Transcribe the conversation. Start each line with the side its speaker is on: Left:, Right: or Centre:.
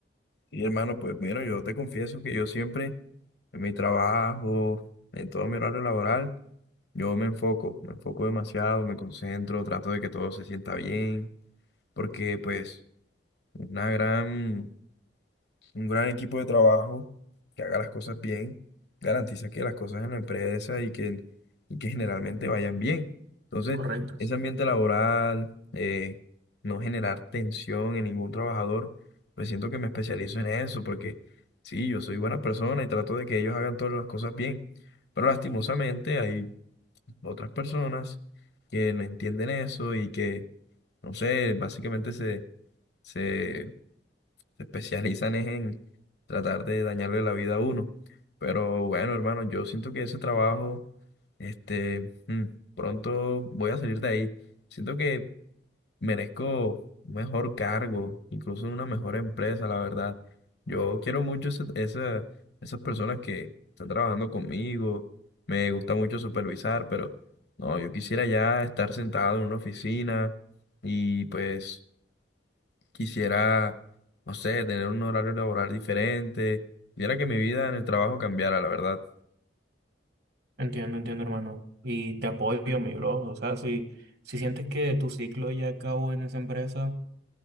Left: y hermano, pues bueno, yo te confieso que yo siempre en mi trabajo, en todo mi horario laboral, yo me enfoco, me enfoco demasiado, me concentro, trato de que todo se sienta bien, porque pues una gran Un gran equipo de trabajo que haga las cosas bien, garantiza que las cosas en la empresa y que, y que generalmente vayan bien. Entonces,
Right: Correcto.
Left: ese
Right: sí.
Left: ambiente laboral, eh, no generar tensión en ningún trabajador, pues siento que me especializo en eso, porque sí, yo soy buena persona y trato de que ellos hagan todas las cosas bien. Pero lastimosamente hay otras personas que no entienden eso y que, no sé, básicamente se, se se especializan es en tratar de dañarle la vida a uno. Pero bueno, hermano, yo siento que ese trabajo, este, mm, pronto voy a salir de ahí. Siento que merezco un mejor cargo, incluso una mejor empresa, la verdad. Yo quiero mucho ese- esa- esas personas que están trabajando conmigo. Me gusta mucho supervisar, pero no, yo quisiera ya estar sentado en una oficina y pues quisiera, no sé, tener un horario laboral diferente, quisiera que mi vida en el trabajo cambiara, la verdad.
Right: Entiendo, entiendo, hermano. Y te apoyo, mi bro. O sea, si, si sientes que tu ciclo ya acabó en esa empresa,